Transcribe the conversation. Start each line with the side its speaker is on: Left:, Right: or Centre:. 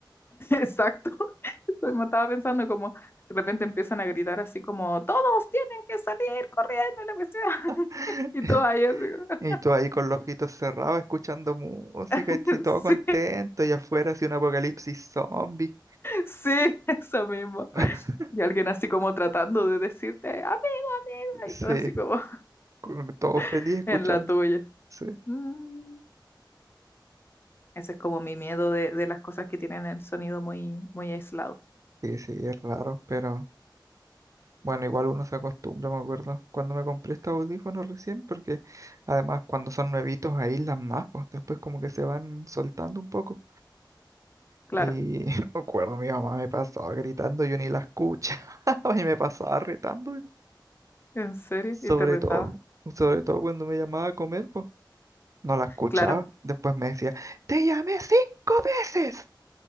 Left: Exacto. <laughs> Me estaba pensando como de repente empiezan a gritar así como, todos tienen que salir corriendo y la cuestión. <laughs>
Right: <laughs>
Left: Y todo ahí así,
Right: Y tú ahí con los ojitos cerrados escuchando música,
Left: <laughs>
Right: y todo contento,
Left: sí,
Right: y afuera así un apocalipsis zombie.
Left: sí, eso mismo.
Right: <laughs>
Left: Y alguien así como tratando de decirte, amigo, amiga,
Right: Sí,
Left: y todo así como
Right: con- todo feliz
Left: <laughs>
Right: escuchando.
Left: en la tuya.
Right: Sí,
Left: Mm, Ese es como mi miedo de, de las cosas que tienen el sonido muy, muy aislado.
Right: sí, sí, es raro, pero bueno, igual uno se acostumbra, me acuerdo. Cuando me compré estos audífonos recién, porque además cuando son nuevitos aíslan más, pues después como que se van soltando un poco.
Left: Claro.
Right: Y <laughs> me acuerdo, mi mamá me pasaba gritando, yo ni la escuchaba <laughs> y me pasaba retando.
Left: ¿En serio?
Right: Sobre
Left: ¿Y te retaba?
Right: todo, sobre todo cuando me llamaba a comer, pues no la escuchaba.
Left: Claro.
Right: Después me decía, te llamé cinco veces.